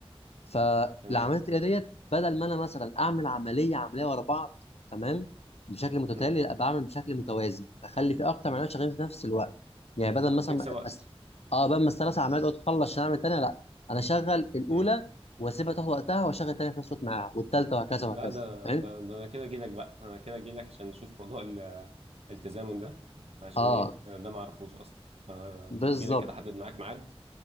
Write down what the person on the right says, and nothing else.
تمام
مم.
فبتكسب
وقت
مم.
لا ده
ده ده انا كده اجيلك بقى انا كده اجيلك عشان نشوف موضوع ال- التزامن ده عشان
ايه أنا ده ما اعرفوش اصلا فاجيلك
كده احدد معاك ميعاد